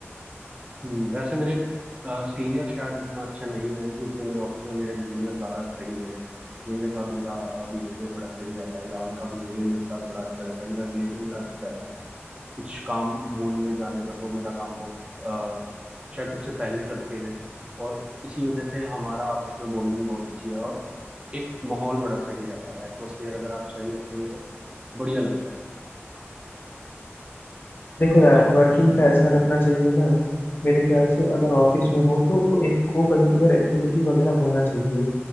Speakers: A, on the right; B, on the left.
A: हम्म, वैसे मेरे सीनियर शायद उतना अच्छा नहीं है जितने मेरे ऑफिस में मेरे जूनियर ज़्यादा सही हैं जिनके साथ मेरा बिहेवियर बड़ा सही रहता है या उनका बिहेवियर मेरे साथ बड़ा अच्छा रहता है मेरा रिलेशन बड़ा अच्छा रहता है कुछ काम बोलने जाने पर वो मेरा काम बहुत अ, शायद सबसे पहले करते हैं और इसी वजह से हमारा आपस में बॉन्डिंग बहुत अच्छी है और एक माहौल बड़ा सही रहता है एटमोसफियर अगर आप सही रखेंगे तो बढ़िया लगता है
B: देखो यार
A: आप
B: वर्किंग का ऐसा रखना चाहिए ना मेरे ख्याल से अगर ऑफिस में हो तो एक को करिकुलर एक्टिविटी वगैरह होना चाहिए